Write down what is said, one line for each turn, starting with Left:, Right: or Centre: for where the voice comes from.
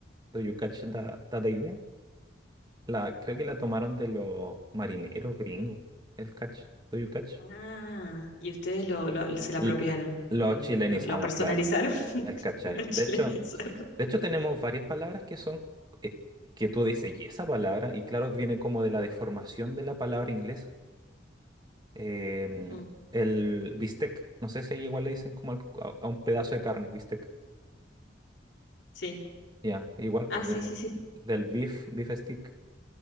Right: Do you catch that, that idea? La, creo que la tomaron de los marineros gringos, el catch. Do you catch?
Left: Ah, y ustedes lo, lo- se la apropiaron
Right: L- Lo
Left: y lo,
Right: chilenizamos,
Left: lo, lo personalizaron,
Right: claro.
Left: <laughs>
Right: El cachai.
Left: lo chilenizaron.
Right: De hecho, de hecho tenemos varias palabras que son eh, que tú dices, y esa palabra, y claro, viene como de la deformación de la palabra inglesa. Em,
Left: Ujú,
Right: el bistec, no sé si ahí igual le dicen como al- a, a un pedazo de carne, bistec.
Left: Sí.
Right: Ya, igual
Left: Ah,
Right: pues
Left: sí,
Right: viene
Left: sí, sí.
Right: del beef, beef stick,